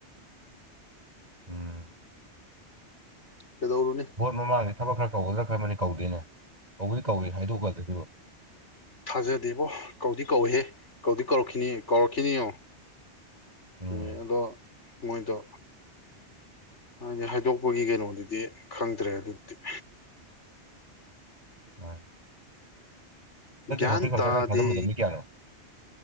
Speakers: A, on the right (about 35°); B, on the left (about 80°).
A: ꯎꯝ
B: ꯀꯩꯗꯧꯔꯨꯅꯤ
A: ꯃꯃꯥꯡꯁꯤ ꯊꯕꯛ ꯈꯔ ꯀꯧꯒꯗ꯭ꯔ ꯈꯟꯕꯅꯤ ꯀꯧꯗꯦꯅꯦ ꯀꯧꯕꯨꯗꯤ ꯀꯧꯏ ꯍꯥꯏꯗꯣꯛꯒꯗ꯭ꯔꯥ ꯁꯤꯕꯨ
B: ꯊꯥꯖꯗꯦ ꯏꯕꯣ ꯀꯧꯗꯤ ꯀꯧꯍꯦ ꯀꯧꯗꯤ ꯀꯧꯔꯛꯈꯤꯅꯤ ꯀꯧꯔꯛꯈꯤꯅꯤꯉꯣ
A: ꯎꯝ
B: ꯑꯦ ꯑꯗꯣ ꯃꯣꯏꯗꯣ ꯍꯥꯏꯗꯤ ꯍꯥꯏꯗꯣꯛꯄꯒꯤ ꯀꯩꯅꯣꯗꯨꯗꯤ ꯈꯪꯗ꯭ꯔꯦ ꯑꯗꯨꯗꯤ
A: ꯃꯥꯅꯦ
B: ꯒ꯭ꯌꯥꯟ
A: ꯍꯣꯔꯇꯤꯀꯜꯆꯔ
B: ꯇꯥꯗꯦ
A: ꯅꯪ ꯊꯥꯖꯟꯕꯗꯣ ꯃꯤ ꯀꯌꯥꯅꯣ